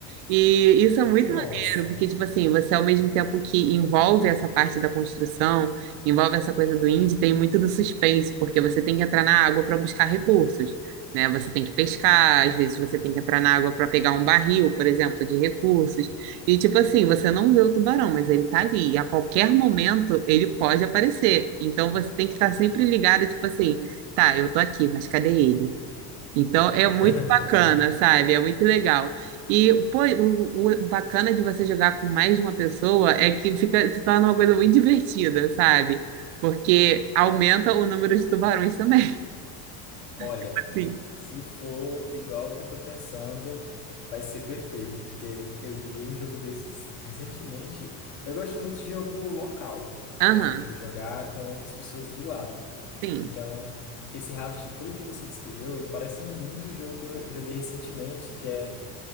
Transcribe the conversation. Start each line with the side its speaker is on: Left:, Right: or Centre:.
Right: E isso é muito
Left: Nossa.
Right: maneiro, porque, tipo assim, você ao mesmo tempo que envolve essa parte da construção, envolve essa coisa do indie, tem muito do suspense, porque você tem que entrar na água para buscar recursos né? Você tem que pescar, às vezes você tem que entrar na água para pegar um barril, por exemplo, de recursos. E tipo assim, você não vê o tubarão, mas ele tá ali. E a qualquer momento ele pode aparecer. Então você tem que estar sempre ligado, tipo assim, tá, eu tô aqui, mas cadê ele? Então é muito
Left: <laughs>
Right: bacana, sabe? É muito legal. E pô, o, o bacana de você jogar com mais de uma pessoa é que fica se torna uma coisa muito divertida, sabe? Porque aumenta o número de tubarões também.
Left: Olha,
Right: <laughs> Assim.
Left: se for igual o que eu tô pensando, vai ser perfeito, porque eu joguei um jogo desses recentemente. Eu gosto muito de jogo local,
Right: Aham,
Left: por exemplo, jogar com outras pessoas do lado.
Right: sim.
Left: Então, esse Raft, pelo que você descreveu, ele parece muito o jogo que eu joguei recentemente, que é,